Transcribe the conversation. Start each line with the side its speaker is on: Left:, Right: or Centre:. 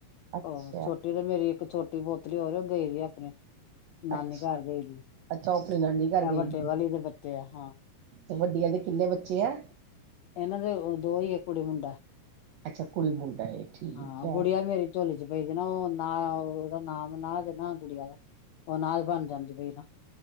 Right: ਅੱਛਾ
Left: ਉਹ ਛੋਟੀ ਤੇ ਮੇਰੀ ਇੱਕ ਛੋਟੀ ਪੋਤਰੀ ਹੋਰ ਉਹ ਗਈ ਦੀ ਆਪਣੇ ਨਾਨੀ
Right: ਅੱਛਾ
Left: ਘਰ ਗਈ ਸੀ
Right: ਅੱਛਾ ਉਹ ਆਪਣੀ
Left: ।ਇਹ
Right: ਨਾਨੀ ਘਰ ਗਈ
Left: ਵੱਡੇ
Right: ਹੋਈ
Left: ਵਾਲੀ
Right: ਹੈ।
Left: ਦੇ ਬੱਚੇ ਆ ਹਾਂ।
Right: ਤੇ ਵੱਡੀ ਆਲੀ ਦੇ ਕਿੰਨੇ ਬੱਚੇ ਐ?
Left: ਇਹਨਾਂ ਦੇ ਦੋ ਈ ਏ ਕੁੜੀ-ਮੁੰਡਾ।
Right: ਅੱਛਾ ਕੁੜੀ ਮੁੰਡਾ ਏ ਠੀਕ
Left: ਹਾਂ
Right: ਹੈ।
Left: ਗੁੜੀਆਂ ਮੇਰੀ ਝੋਲੀ ਚ ਪਈਦੀ ਨਾ ਉਹ ਨਾ ਉਹਦਾ ਨਾਮ- ਨਾ ਤੇ ਨਾ ਕੁੜੀਆਂ ਦਾ ਉਹ ਨਾਲ ਬਣ ਜਾਂਦੀ ਪਈ ਨਾ-